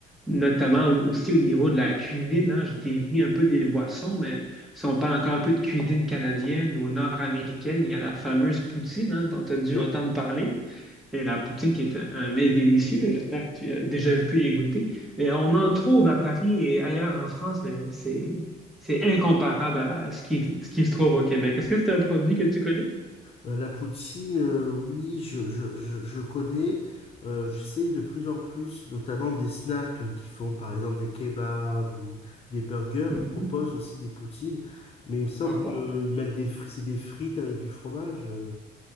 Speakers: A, in the centre; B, on the left.
A: notamment aussi au niveau de la cuisine, hein. Je dévie un peu des boissons, mais si on parle encore un peu de cuisine canadienne ou nord-américaine, il y a la fameuse poutine, hein, dont tu as dû
B: Oui.
A: entendre parler. Et la poutine qui est un, un mets délicieux, j'espère que tu as déjà pu y goûter. Mais on en trouve à Paris et ailleurs en France, mais c'est c'est incomparable à ce qui, ce qui se trouve au Québec. Est-ce que c'est un produit que tu connais?
B: Euh, la poutine, euh, oui, je, je, je, je connais. Euh, je sais de plus en plus, notamment des snacks euh, qui font par exemple des kebabs ou des burgers.
A: Mhm.
B: Ils proposent aussi des poutines, mais il me semble
A: Ah
B: qu'ils
A: pas.
B: mettent des frites, c'est des frites avec du fromage. euh.